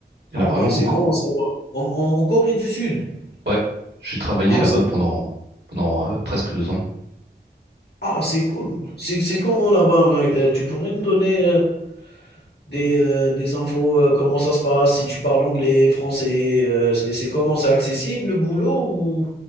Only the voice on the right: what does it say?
Il
y en a vraiment
beaucoup.
hein.
Ouais, j'ai travaillé
là-bas
pendant, pendant euh, presque deux ans.